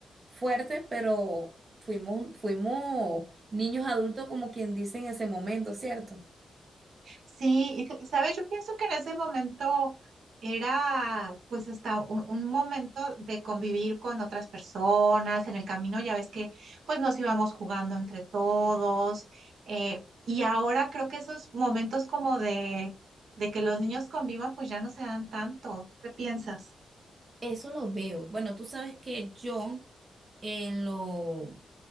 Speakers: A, on the right; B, on the right.
A: fuerte, pero fuimos, fuimos niños adultos como quien dice en ese momento, ¿cierto?
B: Sí, y tú- y, sabes, yo pienso que en ese momento era pues hasta un, un momento de convivir con otras personas en el camino, ya ves que pues nos íbamos jugando entre todos eh, y ahora creo que esos momentos como de, de que los niños convivan pues ya no se dan tanto. ¿Qué piensas?
A: Eso lo veo. Bueno, tú sabes que yo en lo,